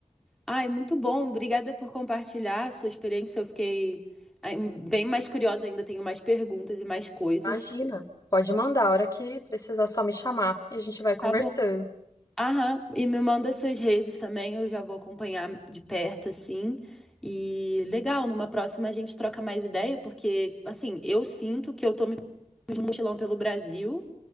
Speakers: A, in the centre; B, on the left.
A: Ai, muito bom. Obrigada por compartilhar a sua experiência. Eu fiquei ai, bem mais curiosa ainda, tenho mais perguntas e mais coisas.
B: Imagina. Pode mandar a hora que precisar só me chamar e a gente vai conversando.
A: Tá bom. Aham, e me manda suas redes também, eu já vou acompanhar de perto, assim. E legal, numa próxima a gente troca mais ideia, porque, assim, eu sinto que eu tô me pegando de mochilão pelo Brasil.